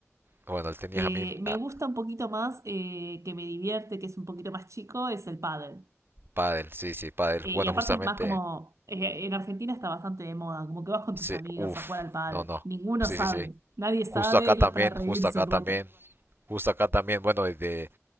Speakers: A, on the right; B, on the right.
A: Bueno, el tenis
B: Eh,
A: a mí,
B: me
A: ah,
B: gusta un poquito más, eh, que me divierte, que es un poquito más chico, es el pádel.
A: pádel, sí, sí, pádel.
B: Eh,
A: Bueno,
B: y aparte
A: justamente,
B: es más como, eh, en Argentina está bastante de moda, como que vas con
A: sí,
B: tus amigos
A: uff,
B: a jugar al pádel.
A: no, no,
B: Ninguno
A: sí,
B: sabe,
A: sí, sí.
B: nadie sabe
A: Justo acá
B: y
A: también,
B: es para reírse
A: justo acá
B: un
A: también,
B: rato.
A: justo acá también. Bueno, desde